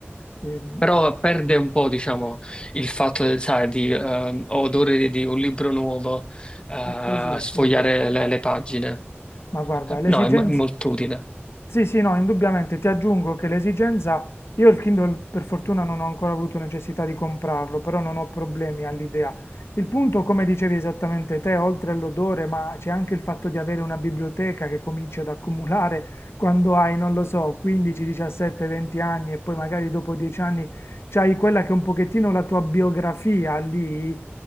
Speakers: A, on the left; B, on the left.
A: Ehm,
B: Però perde un po', diciamo, il fatto, sai, di eh, odore di, di un libro nuovo, eh,
A: è così,
B: sfogliare
A: sì, è vero.
B: le, le pagine.
A: Ma guarda,
B: Eh,
A: l'esigenza...
B: no, è, mo- è molto utile,
A: Sì, sì, no, indubbiamente ti aggiungo che l'esigenza... Io il Kindle per fortuna non ho ancora avuto necessità di comprarlo, però non ho problemi all'idea. Il punto, come dicevi esattamente te, oltre all'odore, ma c'è anche il fatto di avere una biblioteca che cominci ad accumulare quando hai, non lo so, 15, 17, 20 anni e poi magari dopo 10 anni c'hai quella che è un pochettino la tua biografia lì